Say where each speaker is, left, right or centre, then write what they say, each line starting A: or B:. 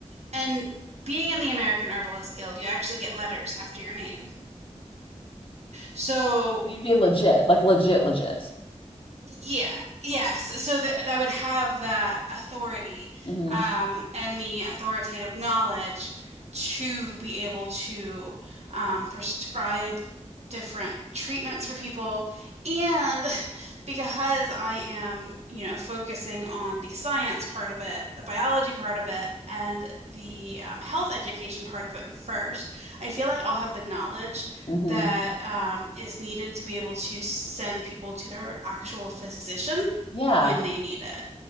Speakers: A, on the right (about 60°); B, on the left (about 45°).
A: And being in the American Herbalist Guild, you actually get letters after your name. So
B: You'd be legit, like legit, legit.
A: Yeah, yes. So that that would have that authority
B: hmm
A: um, and the authoritative knowledge to be able to um, prescribe different treatments for people. And because I am, you know, focusing on the science part of it, the biology part of it, and the um, health education part of it first, I feel like I'll have the knowledge
B: hmm
A: that um, is needed to be able to send people to their actual physician
B: Yeah.
A: when they need it.